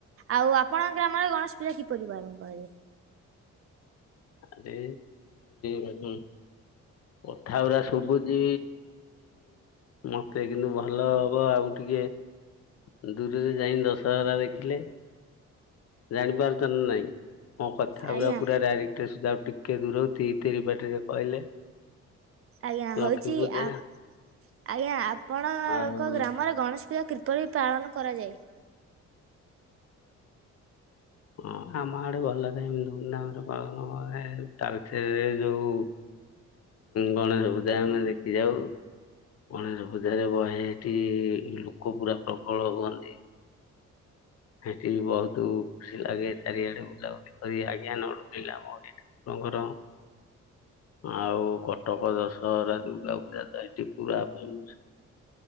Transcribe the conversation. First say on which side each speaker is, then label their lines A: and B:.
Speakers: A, on the right; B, on the left.
A: ଆଉ ଆପଣଙ୍କ ଗ୍ରାମରେ ଗଣେଶ ପୂଜା କିପରି ପାଳନ କରାଯାଏ?
B: ଆଦ ହଁ <inaudible> କଥା ଗୁରା ଶୁଭୁଛି ମତେ କିନ୍ତୁ ଭଲ ହବ ଆଉ ଟିକେ ଦୂରରେ ଯାଇ ଦଶହରା ଦେଖିଲେ। ଜାଣି ପାରୁଛ ନା ନାଇଁ ମୋ କଥା
A: ଆଜ୍ଞା।
B: ଗୁଡା ପୁରା ରାଇଟ। ସୁଧା ଟିକେ ଦୂର ହଉ ଥିରି ଥିରି ପାଟିରେ କହିଲେ।
A: ଆଜ୍ଞା
B: ଲକ୍ଷ୍ମୀ
A: ହଉଛି
B: ପୂଜା
A: ଆ ଆଜ୍ଞା ଆପଣଙ୍କ
B: ଆଉ
A: ଗ୍ରାମରେ ଗଣେଶ ପୂଜା କିପରି ପାଳନ କରାଯାଏ?
B: ହଁ ଆମ ଆଡେ ଭଲ ହୁଏ ଏମତି ଧୁମଧାମ ରେ ପାଳନ କରେ ଯୋଉ ଗଣେଶ ପୂଜା ଆମେ ଦେଖି ଯାଉ ଗଣେଶ ପୂଜାରେ ବହେ ଏଠି ଲୋକ ପୁରା ପ୍ରବଳ ହୁଅନ୍ତି। ସେଠି ବି ବହୁତ ଖୁସି ଲାଗେ ଚାରିଆଡେ ବୁଲାବୁଲି କରି ଆଜ୍ଞା ନଡୁନା ମୋ ଆପଣଙ୍କର? ଆଉ କଟକ ଦଶହରା ଦୁର୍ଗାପୂଜା ତ ସେଠି ପୁରା ଫେମସ <inaudible>